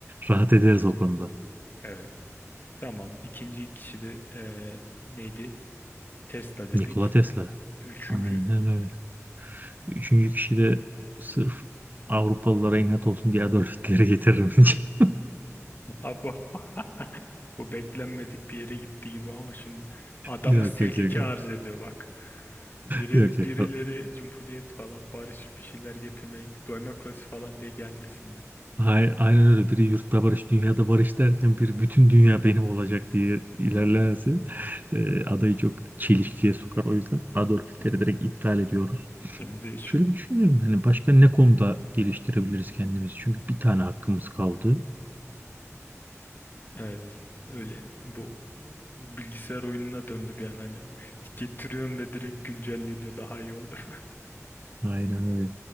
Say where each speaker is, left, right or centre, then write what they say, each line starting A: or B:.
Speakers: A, on the right; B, on the left.
A: Rahat ederiz o konuda.
B: Evet. Tamam. İkinci kişi de eee, neydi? Tesla dedik.
A: Nikola Tesla.
B: Üçüncü.
A: Aynen öyle. Üçüncü kişi de sırf Avrupalılara inat olsun diye Adolf Hitler'i getiririm. <laughs>
B: Abi bu <laughs> bu beklenmedik bir yere gitti gibi ama şimdi adamız
A: Yok
B: tehlike
A: yok yok.
B: arz ediyor bak. Biri,
A: Yok yok.
B: birileri cumhuriyet falan barış bir şeyler getirmeyi demokrasi falan diye gelmesinler.
A: Ay- Aynen öyle. Biri yurtta barış, dünyada barış derken biri bütün dünya benim olacak diye ilerlerse e, adayı çok çelişkiye sokar. O yüzden Adolf Hitler'i direkt iptal ediyorum.
B: Şimdi şu,
A: Şöyle bir düşünüyorum hani başka ne konuda geliştirebiliriz kendimizi? Çünkü bir tane hakkımız kaldı.
B: evet öyle bu bilgisayar oyununa döndü bir an hani getiriyorum ve direkt güncelleniyor daha iyi oluyor.
A: Aynen öyle.